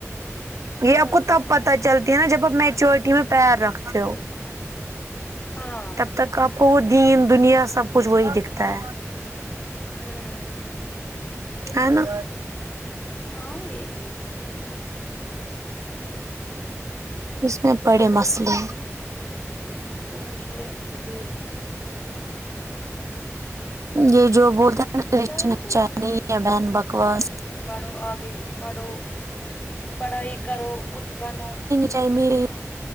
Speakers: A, on the right; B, on the left.
A: یہ
B: بہت
A: آپ کو
B: زیادہ
A: تب پتا چلتی ہے نا جب آپ میچورٹی میں پییر رکھتے ہو
B: ہاں
A: تب تک آپ کو وہ دین دنیا سب کچھ وہی دکھتا ہے
B: ہوں
A: ا نا
B: ہاں یہ بھی ہے
A: اس میں بڑے مسئلے
B: چونچ لے فضول کے
A: یہ جو بولتا ہیں
B: شاعری
A: نا ہے بہن بکواس
B: پڑھو آگے پڑھو پڑھائی کرو کچھ بنو
A: چائ مییری